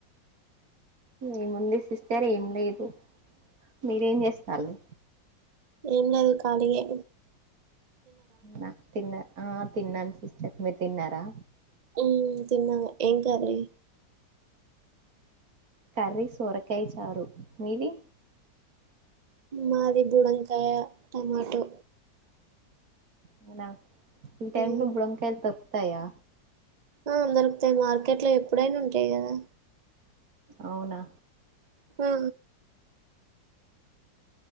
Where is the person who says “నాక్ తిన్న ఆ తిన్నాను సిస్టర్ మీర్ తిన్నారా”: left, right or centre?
Right